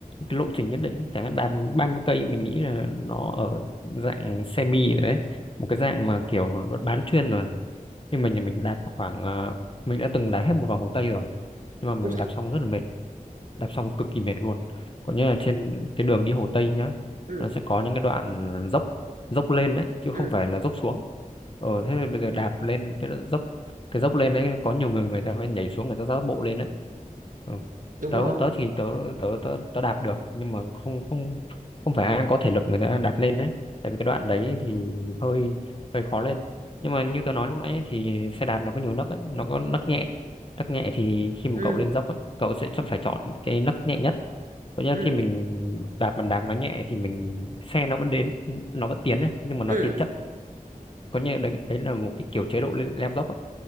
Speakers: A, on the left (about 40°); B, on the right (about 65°).
A: cái lộ trình nhất định chẳng hạn đạp 30 cây mình nghĩ là nó ở dạng semi rồi đấy một cái dạng mà kiểu bán chuyên rồi nhưng mà nhà mình đạp khoảng à, mình đã từng đạp hết một vòng Hồ Tây rồi nhưng mà mình
B: Ui giời,
A: đạp xong rất là mệt đạp xong cực kỳ mệt luôn có như là trên cái đường đi Hồ Tây nhá
B: ừ,
A: nó sẽ có những cái đoạn dốc dốc lên đấy chứ
B: ừ,
A: không phải là dốc xuống ờ thế bây giờ đạp lên cái đoạn dốc cái dốc lên đấy có nhiều người người ta mới nhảy xuống người ta dắt bộ lên đấy ừ.
B: đúng
A: tớ
B: rồi.
A: tớ thì tớ tớ tớ tớ đạp được nhưng mà không không không phải ai cũng có thể lực người ta đạp lên đấy tại vì cái đoạn đấy thì hơi hơi khó lên nhưng mà như tớ nói lúc nãy ấy, thì xe đạp nó có nhiều nấc ấy, nó có nấc nhẹ nấc nhẹ thì khi mà
B: Ừ,
A: cậu lên dốc á, cậu sẽ chọn- phải chọn cái nấc nhẹ nhất có nghĩa là
B: ừ,
A: khi mình đạp bàn đạp nó nhẹ thì mình xe nó vẫn đến nó vẫn tiến ấy, nhưng mà
B: ừ.
A: nó tiến chậm có nghĩa là đấy, đấy là một cái kiểu chế độ leo leo dốc ấy.